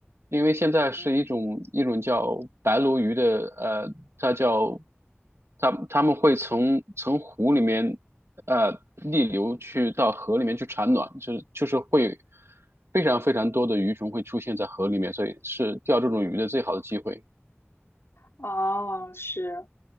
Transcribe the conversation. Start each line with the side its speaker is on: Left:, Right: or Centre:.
Right: 因为现在是一种一种叫白鲈鱼的，
Left: 嗯，
Right: 呃，它叫它它们会从从湖里面呃逆流去到河里面去产卵，就是就是会非常非常多的鱼种会出现在河里面，所以是钓这种鱼的最好的机会。
Left: 哦，是，